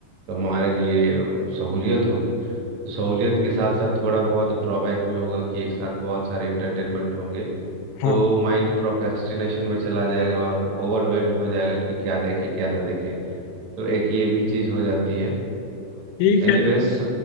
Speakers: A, on the right (about 60°); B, on the left (about 80°).
A: तो हमारे लिए सहूलियत होगी तो सहूलियत के साथ साथ थोड़ा बहुत ड्रॉबैक भी होगा कि एक साथ बहुत सारे एंटरटेनमेंट होंगे
B: हाँ
A: तो माइंड प्रोक्रेस्टिनेशन में चला जाएगा और ओवरवेल्म्ड हो जाएगा कि क्या देखे क्या ना देखे तो एक ये भी चीज़ हो जाती है
B: ठीक
A: एनीवेज
B: है